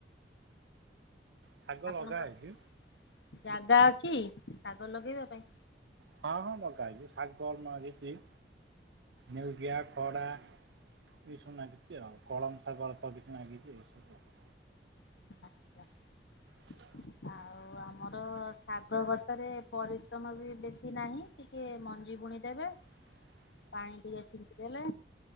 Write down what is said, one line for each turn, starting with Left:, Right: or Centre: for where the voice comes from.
Right: ଶାଗ
Left: ଆପଣଙ୍କ
Right: ଲଗା ହେଇଛି
Left: ଜାଗା ଅଛି ଶାଗ ଲଗେଇବା ପାଇଁ?
Right: ହଁ ହଁ ଲଗାହେଇଚି। ଶାଗ ଲାଗିଚି। ନେଉଟିଆ, ଖଡା ଏଇ ସବୁ ନାଗିଚି ଆଉ। କଳମ ଶାଗ ଅଳ୍ପ କିଛି ନାଗିଚି। ଏଇ ସବୁ ଆଉ।
Left: <unintelligible>
Right: ହ
Left: ଆଉ ଆମର ଶାଗ ଗଛ ରେ ପରିଶ୍ରମ ବି ବେଶୀ ନାହିଁ। ଟିକିଏ ମଞ୍ଜି ବୁଣି ଦେବେ।
Right: ହ
Left: ପାଣି ଟିକେ ଛିଞ୍ଚି ଦେଲେ